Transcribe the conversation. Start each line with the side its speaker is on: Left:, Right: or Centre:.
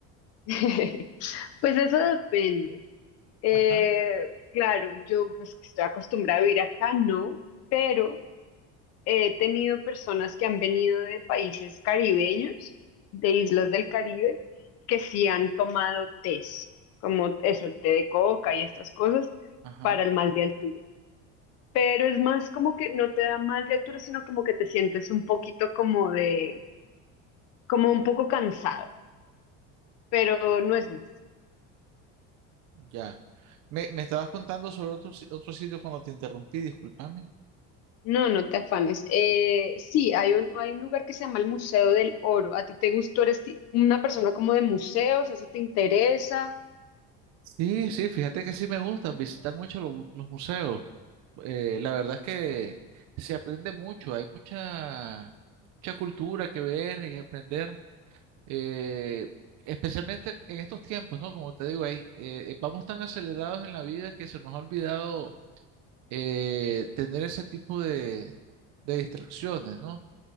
Left: <laughs> Pues eso depende. Eh,
Right: Ajá,
Left: claro, yo pues que estoy acostumbrada a vivir acá, no, pero He tenido personas que han venido de países caribeños, de islas del Caribe, que sí han tomado tés, como eso, el té de coca y estas cosas,
Right: ajá.
Left: para el mal de altura. Pero es más como que no te da mal de altura, sino como que te sientes un poquito como de, como un poco cansado, pero no es más.
Right: Ya. Me, me estabas contando sobre otro, si- otro sitio cuando te interrumpí, discúlpame.
Left: No, no te afanes. Eh, sí, hay un, hay un lugar que se llama el Museo del Oro. ¿A ti te gustó? ¿Eres ti- una persona como de museos? ¿Eso te interesa?
Right: Sí, sí, fíjate que sí me gusta visitar mucho lo- los museos. Eh, la verdad es que se aprende mucho, hay mucha, mucha cultura que ver y aprender, eh, especialmente en estos tiempos, ¿no? Como te digo, ahí, eh, vamos tan acelerados en la vida que se nos ha olvidado eh, tener ese tipo de, de distracciones, ¿no?